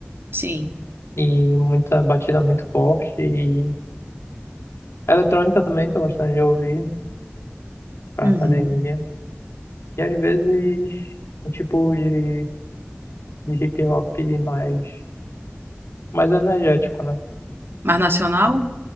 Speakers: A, on the right; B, on the left.
A: Sim.
B: e muita batida muito forte. E eletrônica também, tô gostando de ouvir pra
A: Uhum.
B: academia. E às vezes um tipo de, de hip hop mais, mais energético, né?
A: Mas nacional?